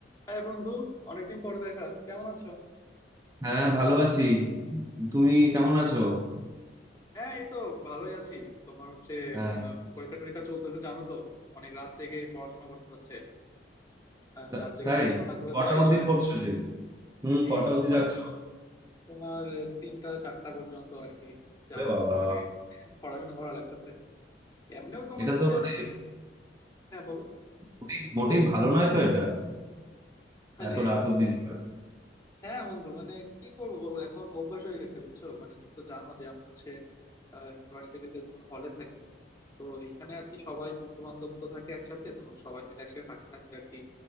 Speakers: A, on the left; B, on the right.
A: হ্যাঁ বন্ধু অনেকদিন পর দেখা কেমন আছো
B: হ্যাঁ ভালো আছি তুমি কেমন আছো
A: হ্যাঁ এই তো ভালোই আছি তোমার হচ্ছে
B: হ্যাঁ
A: আহ, পরীক্ষা টরীক্ষা চলতেছে জানো তো অনেক রাত জেগে পড়াশোনা করতে হচ্ছে আহ,
B: তা-
A: রাত জেগে
B: তাই
A: পড়াশোনা না করলে
B: কটা
A: তো শেষ
B: অবধি
A: হয়
B: পড়ছো
A: না
B: যে হুম কটা
A: এই
B: অবধি
A: তোমার
B: যাচ্ছ
A: তোমার আহ, তিনটা চারটা পর্যন্ত আর কি জাগা
B: ওরে বাবা
A: পড়- মানে পড়াশোনা করা লাগতেছে এমনিও তোমার
B: এটা
A: হচ্ছে
B: তো মানে
A: হ্যাঁ বলো
B: খুবই মোটেই ভালো নয় তো এটা
A: মানে
B: এত রাত অবধি যাওয়া।
A: হ্যাঁ বন্ধু মানে কি করবো বলো এখন অভ্যাস হয়ে গেছে বুঝছো মানে তুমি তো জানো যে আমি হচ্ছে ইউনিভার্সিটিতে তোমার হলে থাকি তো এইখানে আর কি সবাই বন্ধু বান্ধব তো থাকে একসাথে তো সবাই মিলে একসাথে থাকতে থাকতে আর কি